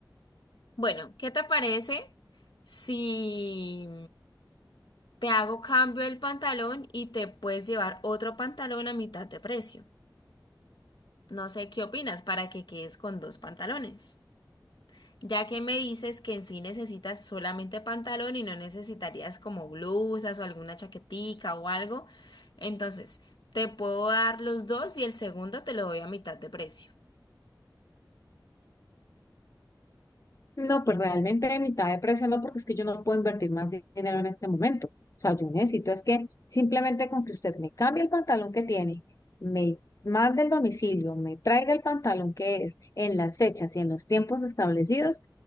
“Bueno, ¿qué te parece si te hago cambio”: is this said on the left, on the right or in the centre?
Left